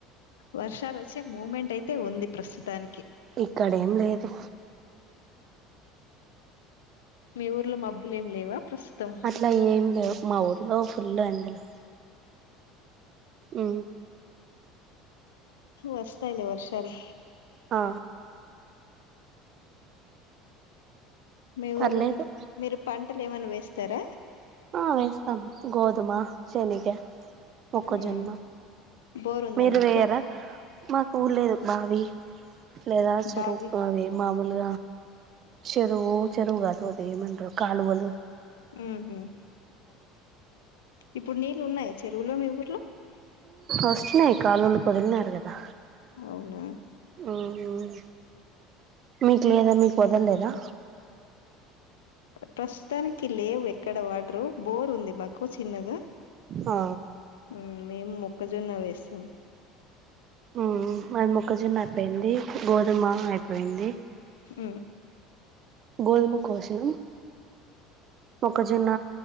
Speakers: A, on the left; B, on the right.
A: వర్షాలు ఒచ్చే మూమెంట్ అయితే ఉంది ప్రస్తుతానికి
B: ఇక్కడ ఏం లేదు
A: మీ ఊర్లో మబ్బులు ఏం లేవా ప్రస్తుతం
B: అట్లా ఏం లేవ్ మా ఊర్లో ఫుల్లు ఎండలు ఉ
A: వస్తాయిలే వర్షాలు
B: ఆ
A: మీఊరు
B: పర్లేదు
A: మీరు పంటలు ఏమన్నా వేస్ స్తార
B: ఆ వేస్తాం గోది తుమ శనిగ మోక్కజొన్న
A: ఉమ్ బోర్ ఉందా
B: మీరు
A: మీకు
B: వేయరా మాకు ఊలేదే బావి లేదస్రుూ చెరువుకావ
A: బావి
B: మామూలు చెరువు చెరువుగాదువతే మ కాలు వాలు
A: ఆహ ఇప్పుడు నీళ్ళు ఉన్నాయి చెరువులో మీ ఊర్లో
B: వస్తున్నాయి కాలులు వదిలినారు కదా
A: అవునా
B: హ హ మీకు లేదా మీకు వదలేదా
A: ప్రస్తుతానికి లేవు ఎక్కడ వాటరు బోర్ ఉంది మాకు చిన్నగా
B: ఆ
A: హ మేము మొక్కజొన్న వేస్తాం
B: ఉ అది మొక్కజున్న అయిపోయింది గోధుమ అయిపోయింది
A: హ
B: గోధుమ కోసం ఒకజొన్న